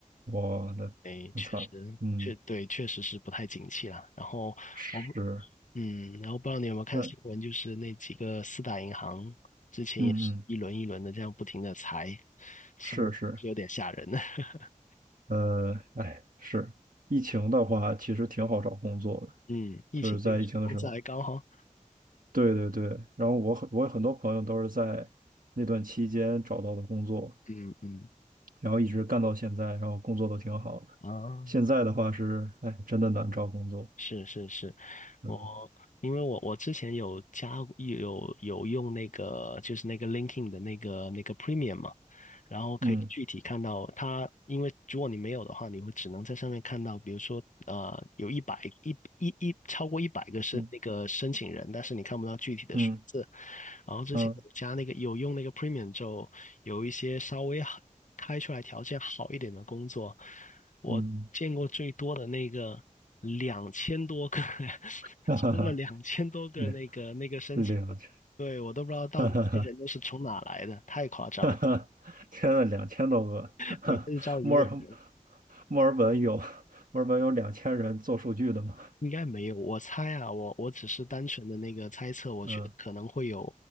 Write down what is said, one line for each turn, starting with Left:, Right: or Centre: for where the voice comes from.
Right: 哇，的，
Left: 哎，
Right: 挺惨的，
Left: 确实，
Right: 嗯，
Left: 确对，确实是不太景气啦。然后我不，
Right: 是，
Left: 嗯，然后不知道你有没有看新闻，
Right: 那，
Left: 就是那几个四大银行之前也是一轮一轮的这样不停的裁，
Right: 嗯嗯，
Left: 所以有点吓人。
Right: 是是，
Left: <laughs>
Right: 呃，哎，是，疫情的话，其实挺好找工作的，
Left: 嗯，疫情那个时候工资还高哈。
Right: 就是在疫情的时候，对对对，然后我很我有很多朋友都是在那段期间找到的工作，
Left: 嗯嗯
Right: 然后一直干到现在，然后工作都挺好的，
Left: 啊，
Right: 现在的话是，哎，真的难找工作，
Left: 是是是，
Right: 嗯
Left: 我因为我我之前有加有有用那个就是那个 LinkedIn 的那个那个 Premium 嘛，然后可以具体看到它，
Right: 嗯
Left: 因为如果你没有的话，你会只能在上面看到，比如说呃有一百一一一超过一百个申那个申请人，
Right: 嗯
Left: 但是你看不到具体的数字，
Right: 嗯
Left: 然后之前有加那个有用那个
Right: 嗯
Left: Premium 之后，有一些稍微好开出来条件好一点的工作，我见过最多的那个两千多个，
Right: 嗯，
Left: <laughs>
Right: <laughs> 哈哈哈。
Left: 收了两千多个那个那个申请，
Right: <laughs> 两千，
Left: 对，我都不知道到底这些人都是从哪来的，
Right: <laughs> 哈哈哈，
Left: 太夸张了，
Right: 哈哈，天呐，两千多个，
Left: <laughs>
Right: <laughs> 哈，
Left: 对，他就招一个人。
Right: 墨尔墨尔本有墨尔本有两千人做数据的吗？
Left: 应该没有，我猜啊，我我只是单纯的那个猜测，我觉得可能会有，
Right: 嗯